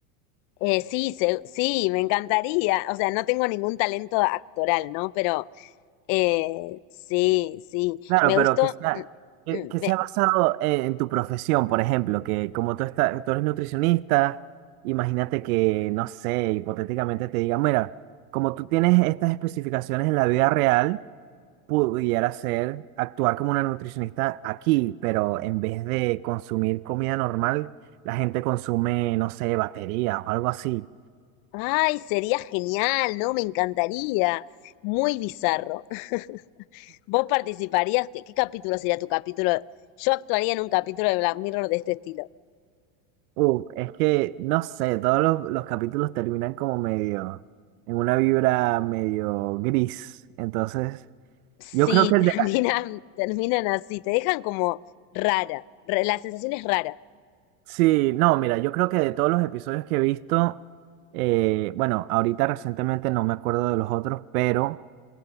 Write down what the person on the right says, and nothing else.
Claro,
pero
que sea,
que,
que
sea basado en, en tu profesión, por ejemplo, que como tú, estás, tú eres nutricionista, imagínate que, no sé, hipotéticamente te digan, mira, como tú tienes estas especificaciones en la vida real, pudiera ser actuar como una nutricionista aquí, pero en vez de consumir comida normal, la gente consume, no sé, batería o algo así.
Uh, es que, no sé, todos los, los capítulos terminan como medio, en una vibra medio gris. Entonces,
yo creo que el
de la-
Sí, no, mira, yo creo que de todos los episodios que he visto, eh, bueno, ahorita recientemente no me acuerdo de los otros, pero